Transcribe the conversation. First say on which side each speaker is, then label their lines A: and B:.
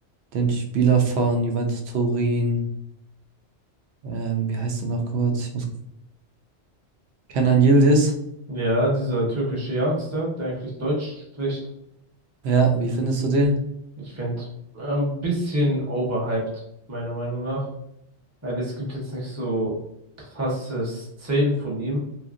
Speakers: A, on the right; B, on the right.
A: den Spieler von Juventus Turin? Ähm, wie heißt er noch kurz? Ich muss... Kenan Yildiz.
B: Ja, dieser türkische Youngster, der eigentlich Deutsch spricht,
A: Ja, wie findest du den?
B: ich finde, ein bisschen overhyped, meiner Meinung nach. Weil es gibt jetzt nicht so krasse Szenen von ihm.